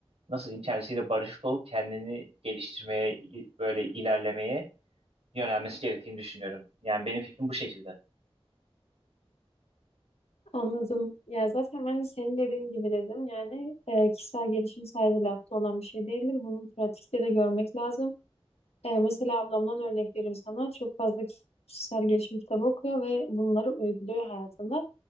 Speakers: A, on the right; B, on the left.
A: nasıl diyeyim kendisiyle barışık olup kendini geliştirmeye i- böyle ilerlemeye yönelmesi gerektiğini düşünüyorum. Yani benim fikrim bu şekilde.
B: Anladım. Ya zaten ben de senin dediğin gibi dedim. Yani e, kişisel gelişim sadece lafta olan bir şey değildir. Bunu pratikte de görmek lazım. E, mesela ablamdan örnek vereyim sana. Çok fazla kişisel gelişim kitabı okuyor ve bunları uyguluyor hayatında.